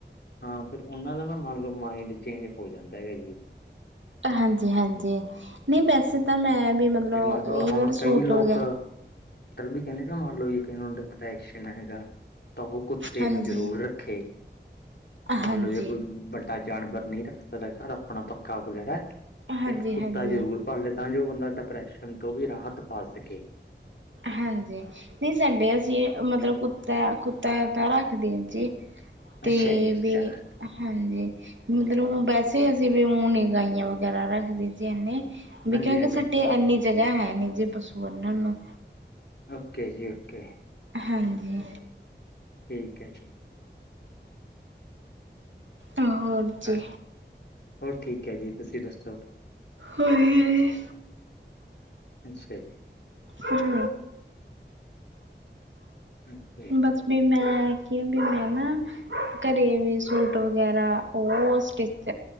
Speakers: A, on the left (about 65°); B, on the right (about 85°).
A: ਹਾਂ ਫਿਰ ਉਹਨਾਂ ਦਾ ਨਾ ਮੰਨ ਲਓ ਮਾਈੰਡ ਚੇਂਜ ਹੋ ਜਾਂਦਾ ਹੈ ਜੀ
B: ਹਾਂਜੀ ਹਾਂਜੀ ਨਹੀਂ ਵੈਸੇ ਤਾਂ ਮੈਂ ਵੀ ਮਤਲਬ
A: ਤੇ ਮੰਨ
B: ਕਈ
A: ਲਓ ਹੁਣ
B: ਵਾਰ
A: ਕਈ
B: ਸੂਟ
A: ਲੋਕ
B: ਵਗੈਰਾ
A: ਵੀ ਕਹਿੰਦੇ ਨਾ ਮੰਨ ਲਓ ਵੀ ਡਿਪਰੇਸ਼ਾਨ ਹੈਗਾ ਤਾਂ ਉਹ ਕੁੱਤੇ
B: ਹਾਂਜੀ
A: ਨੂੰ ਜ਼ਰੂਰ ਰੱਖੇ ਮੰਨ
B: ਹਾਂਜੀ
A: ਲਓ ਜੇ ਕੋਈ ਵੱਡ ਜਾਨਵਰ ਨਹੀਂ ਰੱਖ ਸਕਦਾ ਘਰ ਆਪਣਾ ਪੱਕਾ ਵਗੈਰਾ
B: ਹਾਂਜੀ
A: ਤੇ ਇੱਕ ਕੁੱਤਾ
B: ਹਾਂਜੀ
A: ਜਰੂਰ ਪਾਲ ਲੇ ਤਾਂ ਜੋ ਬੰਦਾ ਡਿਪਰੈਸ਼ਨ ਤੋਂ ਵੀ ਰਾਹਤ ਪਾ ਸਕੇ
B: ਹਾਂਜੀ ਨਹੀਂ ਸਾਡੇ ਅਸੀਂ ਮਤਲਬ ਕੁੱਤਾ ਕੁੱਤਾ ਰੱਖਦੇ ਆ ਜੀ ਤੇ
A: ਅੱਛਾ ਜੀ ਅੱਛਾ
B: ਵੀ ਹਾਂਜੀ ਮਤਲਬ ਵੈਸੇ ਅਤੇ ਅਸੀਂ ਵੀ ਹੁਣੀ ਗਾਈਆਂ ਵਗੈਰਾ ਰੱਖਦੀ ਸੀ ਇਨੇ ਵੀ
A: ਹਾਂਜੀ
B: ਕਿਉਂਕਿ
A: ਹਾਂਜੀ ਹਾਂਜੀ
B: ਸਾਡੇ
A: ਹਾਂਜੀ
B: ਇੰਨੀ ਜਗ੍ਹਾ ਹੈ ਨੀ ਜੇ ਪਸੂ ਆਨਣ ਨੂੰ
A: ਓਕੇ ਜੀ ਓਕੇ
B: ਹਾਂਜੀ
A: ਠੀਕ ਹੈ ਜੀ
B: ਹੋਰ ਜੀ
A: ਹਾਂ ਹੋਰ ਠੀਕ ਹੈ ਜੀ ਤੁਸੀਂ ਦੱਸੋ
B: ਹੋਜੀ ਹ ਜੀ
A: ਅੱਛਾ ਜ
B: ਹਮ
A: ਓਕੇ
B: ਬਸ ਵੀ ਮੈਂ ਵੀ ਮੈਂ ਨਾ ਘਰੇ ਵੀ ਸੂਟ ਵਗੈਰਾ ਉਹ ਸਟਿਚ